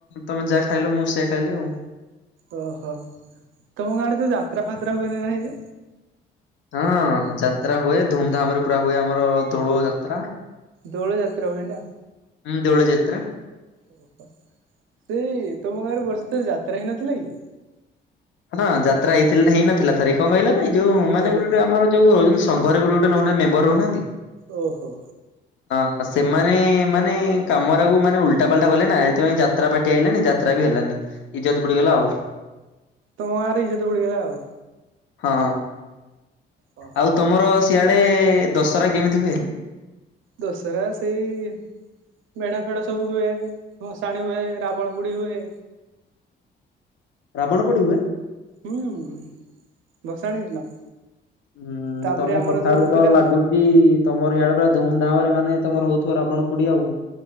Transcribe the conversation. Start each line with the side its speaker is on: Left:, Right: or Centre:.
Left: ତମେ ଯାହା ଖାଇଲ ମୁଁ ସେଆ ଖାଇଲି ଆଉ
Right: ଓହୋ ତମ ଗାଁ ଆଡେ ଯୋଉ ଯାତ୍ରା ଫାତ୍ରା ହୁଏନି ନାଇଁ ଯେ
Left: ହଁ ଯାତ୍ରା ହୁଏ ଧୁମଧାମ ରେ ପୁରା ହୁଏ ଆମର ଦୋଳ ଯାତ୍ରା
Right: ଦୋଳ ଯାତ୍ରା ହୁଏନା
Left: ହଁ ଦେଉଳ ଯାତ୍ରା
Right: ଓହୋ ସେଇ ତମ ଗାଁରେ ବର୍ଷେ ଥରେ ଯାତ୍ରା ହେଇନଥିଲା କି
Left: ହଁ ଯାତ୍ରା ହେଇ ହେଇନଥିଲା ଥରେ କଣ କହିଲ ଏ ଯୋଉ ମାନେ
Right: ଓହୋ
Left: ଗୋଟେ ଗୋଟେ ଆମର ଯୋ ଏଇନୁ ସଂଘରେ ଗୋଟ ଗଟେ ନ ମେବର ରହୁନାହାନ୍ତି
Right: ଓହୋ
Left: <inaudible> ହଁ ସେମାନେ ମାନେ କାମ ଆକୁ ମାନେ ଉଲଟା ପାଲଟା କଲେ ନା ସେଥିପାଇଁ ଯାତ୍ରା ପାଟି ଆଇଲାନି ଯାତ୍ରା ବି ହେଲାନି ଇଜତ ପୁଡିଗଲା ଆଉ
Right: ତମ ଗାଁ ରେ ଇଜ୍ଜତ ପଡିଗଲା ଆଉ
Left: ହଁ
Right: ଓ
Left: ଆଉ ତମର ସିଆଡେ ଦଶହରା କେମିତି ହୁଏ
Right: ଦସହରା ସେଇ ମେଢା ଫେଢ ସବୁ ହୁଏ ଭସାଣି ହୁଏ ରାବଣ ପୁଡି ହୁଏ
Left: ରାବଣ ପଡି ହୁଏ
Right: ହ ଭସାଣି ଦିନ
Left: ହୁଁ
Right: ତାପରେ
Left: ତମ
Right: ଆମର
Left: କଥାରୁ
Right: ଯୋଉ
Left: ତ
Right: ପିଲା
Left: ଲାଗୁଛି କି ତମର ଇଆଡ଼େ ପୁରା ଧୁମ ଧାମ ରେ ମାନେ ତମର ହଉ ଥିବ ରାବଣ ପୋଡି଼ ଆଉ